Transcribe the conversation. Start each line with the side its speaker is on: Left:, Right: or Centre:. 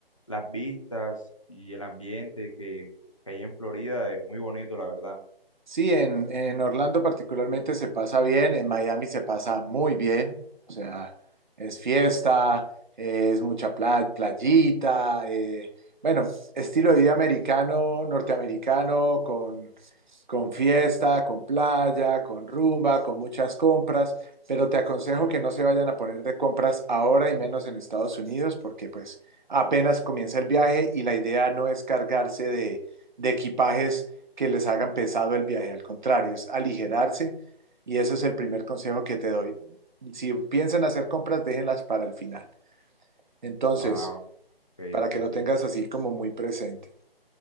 Left: las vistas y el ambiente que, que hay en Florida es muy bonito, la verdad.
Right: Sí, en, en Orlando particularmente se pasa bien, en Miami se pasa muy bien, o sea, es fiesta, eh, es mucha pla- playita, eh, bueno, estilo de vida americano, norteamericano, con fiesta, con playa, con rumba, con muchas compras, pero te aconsejo que no se vayan a poner de compras ahora y menos en Estados Unidos porque pues apenas comienza el viaje y la idea no es cargarse de, de equipajes que les hagan pesado el viaje, al contrario, es aligerarse y ese es el primer consejo que te doy. Si piensan hacer compras, déjenlas para el final. Entonces,
Left: Ah, ok,
Right: para
Left: ok,
Right: que lo
Left: Felipe.
Right: tengas así como muy presente,